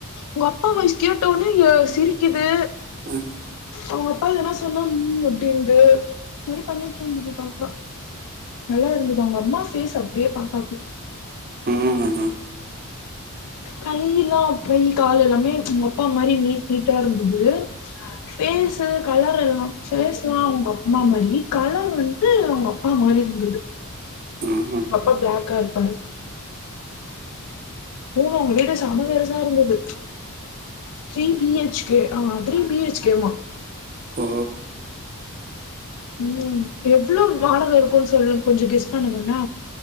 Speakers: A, on the left; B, on the right.
A: ஒங்க அப்பா வாய்சு கேட்டோனே ய சிரிக்குது
B: ம்
A: அவ்ங்க அப்பா எதனா சொன்னா ம் அப்டிங்குது இந் மாரி பண்ணிட்ருந்துது பாப்பா நல்லா இருந்துது அவ்ங்க அம்மா ஃபேஸ் அப்டியே பாப்பாக்கு
B: ம் ம் ம்
A: கைய்யிலா பெய் காலெல்லாமே ஒங் அப்பா மாரி நீட் நீட்டா இருந்துது ஃபேஸுத கலர் எல்லா ஃபேஸ்லா அவுங்க அப்மா மாரி கலர் வந்து அவுங்க அப்பா மாரி இருந்துது
B: ம், ம்.
A: அப்பா பிளாக்கா இருப்பாரு போனோ அவ்ங்க வீடு செம பெருசா இருந்துது த்ரீ பி எச் கே ஆ அ த்ரீ பி எச் கே வா
B: ஓ
A: ம் எவ்ளோ வாடக இருக்குன்னு சொல்லு கொஞ்சொ கெஸ் பண்ணுங்க என்ன